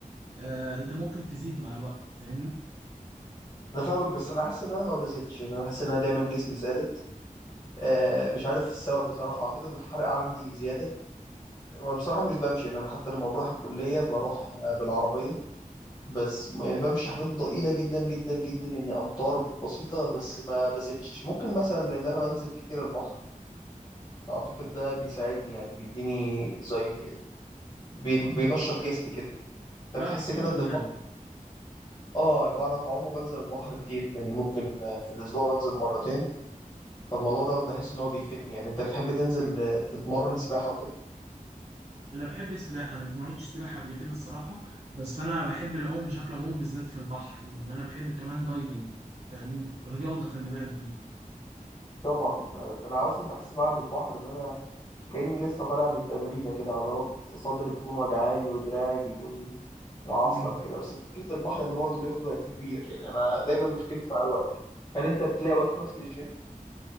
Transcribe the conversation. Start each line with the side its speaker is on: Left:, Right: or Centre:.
Right: آه أنت ممكن تزيد مع الوقت فاهمني؟
Left: انا فاهمك بس انا حاسس ان انا ما بزيدش يعني انا حاسس ان انا دايما جسمي ثابت آه مش عارف السبب بصراحه اعتقد الحرق عندي زياده وانا بصراحه مش بمشي يعني انا حتى لما بروح الكليه بروح آه، بالعربيه بس يعني بمشي حاجات ضئيله جدا جدا جدا يعني امتار بسيطه بس ما بزيدش ممكن مثلا لان انا بنزل كتير البحر فاعتقد ده بيساعدني يعني بيديني زي بي- بينشط جسمي كده انت
Right: تعرف
Left: بتحس
Right: تعوم
Left: كده ان
Right: يعني
Left: البحر اه بعرف اعوم وبنزل البحر كتير يعني ممكن آه، في الاسبوع بنزل مرتين فالموضوع ده بحس
Right: مم.
Left: ان هو بيفيدني يعني انت بتحب تنزل آه، تتمرن سباحة وكده
Right: انا بحب السباحه انا ما عملتش سباحه قبل كده الصراحه بس انا بحب العوم بشكل عمومي بالذات في البحر وان انا بحب كمان دايفنج فاهمني رياضه خلي بالك دي
Left: طبعا انا اصلا بحس بعد البحر ان انا كاني لسه طالع من تمرينه كده عضلات صدري بتكون وجعاني ودراعي بيكون معصلك
Right: امم
Left: كده بس مشكله البحر انه برضه بياخد وقت كبير يعني انا دايما مشكلتي مع الوقت هل انت بتلاقي وقت كويس للجيم